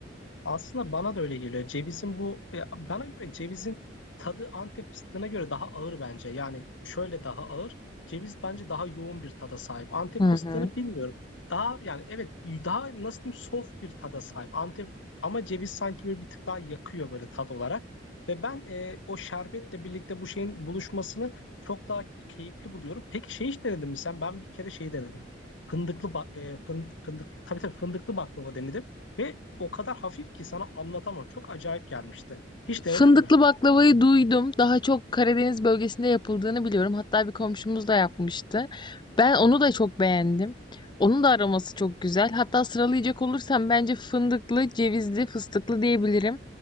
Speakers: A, on the left; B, on the left.
A: Aslında bana da öyle geliyor. Cevizin bu ya bana göre cevizin tadı Antep fıstığına göre daha ağır bence. Yani şöyle daha ağır. Ceviz bence daha yoğun bir tada sahip. Antep
B: Hı
A: fıstığını
B: hı.
A: bilmiyorum. Daha yani evet daha nasıl diyeyim soft bir tada sahip. Antep ama ceviz sanki böyle bir tık daha yakıyor böyle tat olarak. Ve ben e, o şerbetle birlikte bu şeyin buluşmasını çok daha keyifli buluyorum. Peki şey hiç denedin mi sen? Ben bir kere şey denedim. Fındıklı ba- e, fın- fındık tabii tabii fındıklı baklava denedim. Ve o kadar hafif ki sana anlatamam. Çok acayip gelmişti. Hiç
B: Fındıklı
A: denedin mi?
B: baklavayı duydum. Daha çok Karadeniz bölgesinde yapıldığını biliyorum. Hatta bir komşumuz da yapmıştı. Ben onu da çok beğendim. Onun da aroması çok güzel. Hatta sıralayacak olursam bence fındıklı, cevizli, fıstıklı diyebilirim.